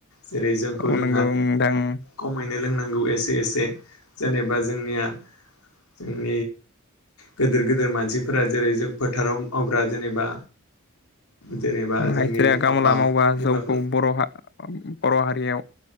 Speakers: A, on the left; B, on the left.
A: जेरै जोंखौ
B: औ
A: जों
B: नंगौ नोंथां
A: खमैनो लोंनां नोंगौ एसे एसे जेनेबा जोंनिया उम गिदिर गिदेर मानसिफोरा जेरै जों फोथाराव मावग्रा जेनेबा जेनेबा
B: <unintelligible>
A: जोंनि
B: गामला
A: आफा
B: मावबा
A: बिमाफोरा
B: जौखौ बर'हा बर' हारियाव